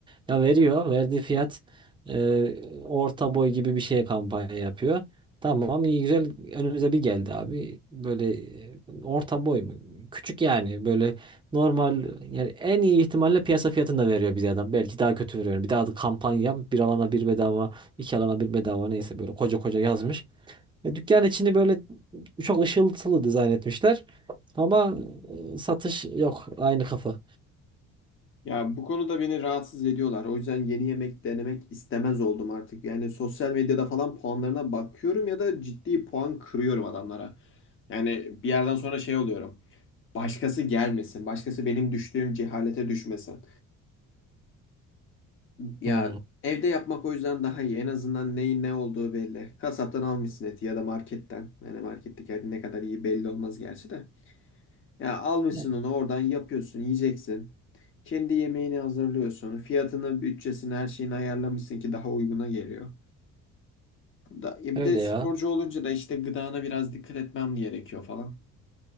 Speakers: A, on the right; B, on the left.
A: Ya veriyor verdiği fiyat e, orta boy gibi bir şeye kampanya yapıyor. Tamam iyi güzel önümüze bir geldi abi. Böyle e, orta boy mu? Küçük yani böyle normal yani en iyi ihtimalle piyasa fiyatını da veriyor bize adam. Belki daha kötü veriyor. Bir daha da kampanya bir alana bir bedava. İki alana bir bedava neyse böyle koca koca yazmış. Ya dükkan içini böyle çok ışıltılı dizayn etmişler. Ama e, satış yok aynı kafa.
B: Ya bu konuda beni rahatsız ediyorlar. O yüzden yeni yemek denemek istemez oldum artık. Yani sosyal medyada falan puanlarına bakıyorum ya da ciddi puan kırıyorum adamlara. Yani bir yerden sonra şey oluyorum. Başkası gelmesin. Başkası benim düştüğüm cehalete düşmesin. Ya
A: Hmm.
B: evde yapmak o yüzden daha iyi. En azından neyin ne olduğu belli. Kasaptan almışsın eti ya da marketten. Yani marketteki et ne kadar iyi belli olmaz gerçi de. Ya almışsın
A: Yani
B: onu oradan yapıyorsun, yiyeceksin. Kendi yemeğini hazırlıyorsun. Fiyatını, bütçesini, her şeyini ayarlamışsın ki daha uyguna geliyor. Da, ya
A: Öyle
B: bir de sporcu
A: ya.
B: olunca da işte gıdana biraz dikkat etmem gerekiyor falan.